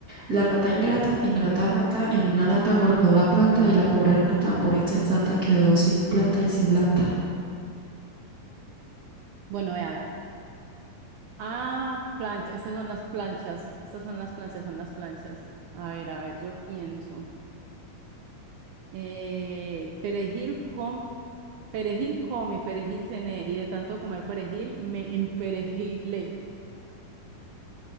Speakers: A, on the right; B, on the right.
A: La rata ingrata, ingrata rata, en una lata guardó la plata y la pobre rata, pura insensata, quedó sin plata y sin lata.
B: Bueno, vea, vea. Ah, plancha, estas son las planchas. Estas son las planchas, son las planchas. A ver, a ver, yo pienso. Eh, perejil com, perejil come, perejil cené, y de tanto comer perejil me emperejilé.